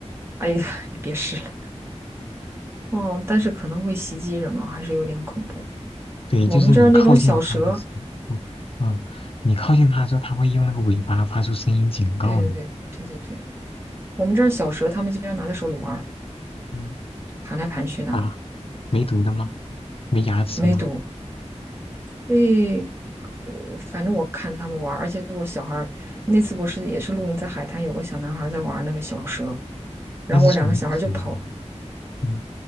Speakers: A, on the right (about 20°); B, on the left (about 50°).
A: 哎呀，<laughs> 你别试了哦，但是可能会袭击人啊，还是有点恐怖。
B: 对，
A: 我们这儿那种小蛇，
B: 就是你靠近它的时候，嗯，你靠近它的时候，它会用那个尾巴发出声音警告你。
A: 对对对对对对，我们这儿小蛇，他们经常拿在手里玩儿，
B: 嗯
A: 盘来盘去那种，
B: 啊，没毒的吗？没牙齿吗？
A: 没毒。诶，呃反正我看他们玩儿，而且我小孩儿那次我是也是露营在海滩，有个小男孩儿在玩儿那个小蛇，然后我两个小孩儿就跑，
B: 那是宠物蛇吧？嗯。